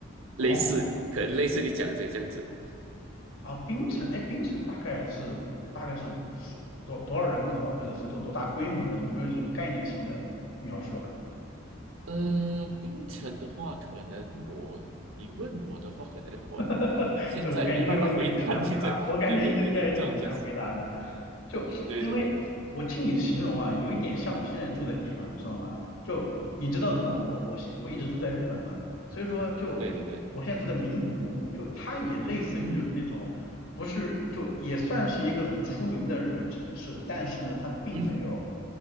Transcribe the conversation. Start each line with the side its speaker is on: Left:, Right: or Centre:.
Right: 类似，
Left: 哦。
Right: 可能类似你讲的这样子。
Left: 啊，冰城，哎，冰城大概是大概是多多少人口啊，或者是多多大规模的？有没有这种概念性的描述啊？
Right: 呃，槟城的话，可能我你问我的话，可能我
Left: <laughs>
Right: 现在没办法回答你这，
Left: 这我感觉这个问题也比较难回答，我感觉应该也挺难回答的。
Right: 对对对对，这种就是，
Left: 就因为我听你形容啊，
Right: 对对对，
Left: 有一点像我现在住的地方，你知道吗？就你知道的嘛，
Right: 嗯哼
Left: 我我现我一直住在日本嘛，所以说就我现在住在名古屋，
Right: 对对对，
Left: 就它也类似于就是那种不是就也算是一个很出名的日本城市，
Right: 嗯哼
Left: 但是呢，它并没有
Right: 嗯哼